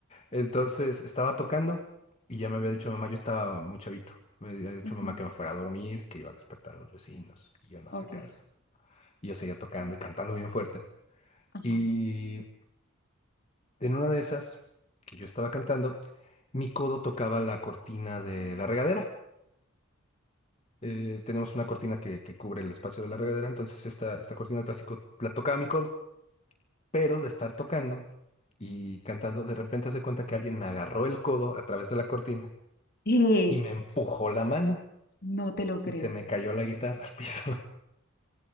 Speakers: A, on the left (about 30°); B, on the left (about 45°).
A: Entonces estaba tocando y ya me había dicho mamá, yo estaba muy chavito. Me había dicho
B: Ujú,
A: mamá que me fuera a dormir, que iba a despertar a los vecinos y yo no
B: Ok,
A: hacía caso. Y yo seguía tocando y cantando bien fuerte.
B: ajá.
A: Y en una de esas que yo estaba cantando, mi codo tocaba la cortina de la regadera. Eh, tenemos una cortina que, que cubre el espacio de la regadera, entonces esta, esta cortina de plástico la tocaba mi codo, pero de estar tocando y cantando, de repente hace cuenta que alguien me agarró el codo a través de la cortina
B: Eh,
A: y me empujó la mano.
B: No te lo creo.
A: y se me cayó la guitarra al piso. <laughs>